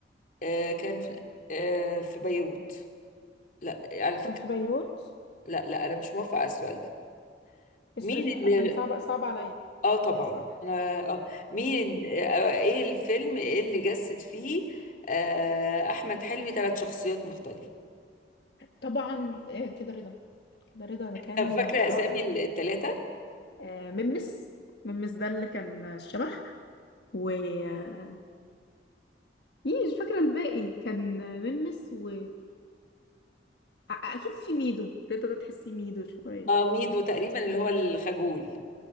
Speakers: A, on the left (about 50°); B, on the left (about 65°).
A: في آه، في بيروت لا على فكرة
B: كان في بيروت
A: لا لا انا مش موافقة على السؤال ده
B: الس-
A: مين
B: الس-
A: اللي
B: كان صعب صعب عليا
A: اه طبعا
B: صح
A: انا اه مين آه، ايه الفيلم اللي جسد فيه آه، احمد حلمي ثلاث شخصيات مختلفة
B: طبعا آه، كده رضا كده رضا ده كان
A: طب فاكرة
B: آه، رائع
A: أسامي التلاتة؟
B: آه، ممس ممس ده اللي كان الشبح و آه، إيه مش فاكرة الباقي كان ممس و أ- أكيد في ميدو رضا ده تحسي ميدو شوية
A: اه ميدو تقريبا اللي هو الخجول